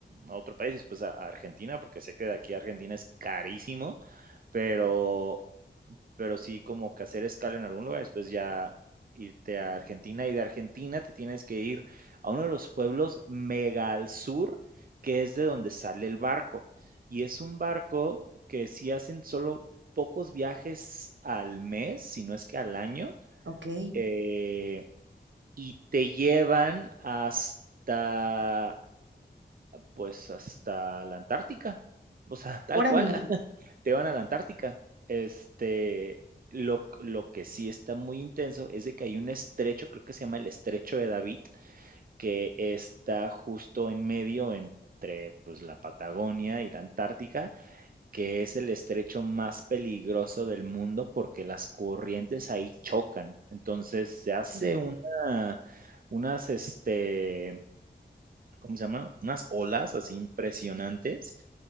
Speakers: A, on the right (about 50°); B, on the right (about 75°).
A: a otro país, después a a Argentina, porque sé que de aquí a Argentina es carísimo, pero pero sí como que hacer escala en algún lugar, después ya irte a Argentina y de Argentina te tienes que ir a uno de los pueblos mega al sur, que es de donde sale el barco. Y es un barco que sí hacen solo pocos viajes al mes, si no es que al año,
B: Ok,
A: eh, y te llevan hasta, pues, hasta la Antártica. O sea, <laughs> tal
B: órale,
A: cual te van a la Antártica. Este, lo, lo que sí está muy intenso es de que hay un estrecho, creo que se llama el estrecho de David, que está justo en medio entre pues, la Patagonia y la Antártica, que es el estrecho más peligroso del mundo porque las corrientes ahí chocan. Entonces se hace
B: órale.
A: una, unas, este, ¿cómo se llama? Unas olas así impresionantes.